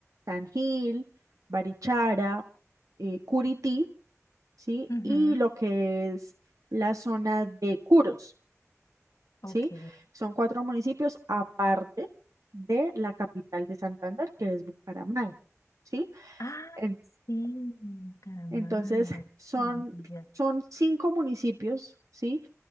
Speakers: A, on the right (about 80°); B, on the left (about 70°).
A: San Gil, Barichara, eh, Curití ¿sí?
B: Ujú,
A: Y lo que es la zona de Curos,
B: Ok.
A: ¿sí? Son cuatro municipios aparte de la capital de Santander, que es Bucaramanga, ¿sí?
B: Ah,
A: En-
B: sí, Bucaramanga,
A: entonces, son,
B: Bucaramanga.
A: son cinco municipios, ¿sí?